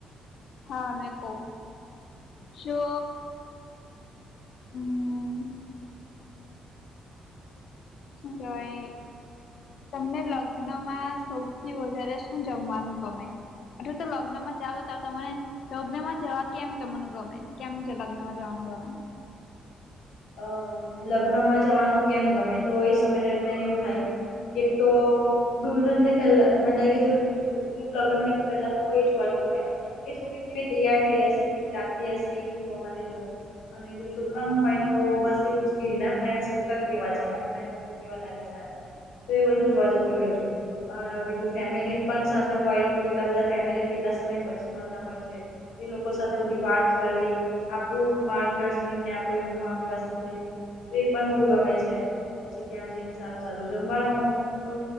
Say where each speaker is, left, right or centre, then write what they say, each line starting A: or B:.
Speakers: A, on the left; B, on the left.
A: હા મેં કહું જો હમ. અમભાઈ. તમને લગ્નમાં સૌથી વધારે શું જમવાનું ગમે? એટ તો લગ્નમાં જાવ ત તમેને. લગ્ન માં જવા કેમ તમને ગમે કેમ લગ્નમાં જવાનું ગમે?
B: અ લગ્નમાં જવાનું કેમ ગમે તો એ સમય દરમિયાન એવું થાય. એક તો દુહનને પહેલા મતલે કે જે છોકરી નું લગન હોય તો પેલા તો એ જોવાનું ગમે. કે છોકરી કેવી તૈયાર થઈ હશે કેવી લાગતી હશે એ જોવા માટે જો. અને જો છોકરા ન માહ. તો બસ એવું જ કેના ફન્ કેવા છે ફ લોકો કેવા લાગે છે આ. તો એ બધું જોવા જતી હોય છે. અ બીજું ફેમિલી પણ સાથે હોય કેટલા બધા ફેમિલી કેટલા સમય પછી મળતા હોય છે. એ લોકો સાથે બધી વાત કરવી આપણું માર્ગદર્શન એમને આપો એમમા. કંઈ <unintelligible> લેવું તો એ પણ બહુ ગમે છે. પછી ત્યાં જઈને સારું સારું જમવાનું તો